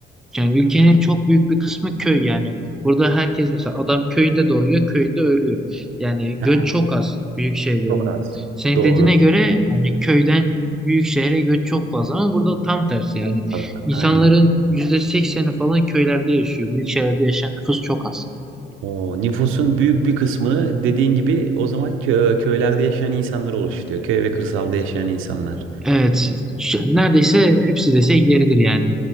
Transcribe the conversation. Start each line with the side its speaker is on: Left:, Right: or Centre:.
Centre: Yani ülkenin çok büyük bir kısmı köy yani. Burada herkes mesela adam köyünde doğuyor, köyünde ölüyor. Yani
Right: he,
Centre: göç çok az büyük şehirlere.
Right: çok az.
Centre: Senin
Right: Doğru.
Centre: dediğine göre yani köyden büyük şehre göç çok fazla ama burada tam tersi yani.
Right: Az-
Centre: İnsanların
Right: Aynen.
Centre: yüzde sekseni falan köylerde yaşıyor. Büyük şehirlerde yaşayan nüfus çok az.
Right: O nüfusun büyük bir kısmını dediğin gibi o zaman kö- köylerde yaşayan insanlar oluşturuyor. Köy ve kırsalda yaşayan insanlar.
Centre: Evet, ş- neredeyse hepsi dese yeridir yani.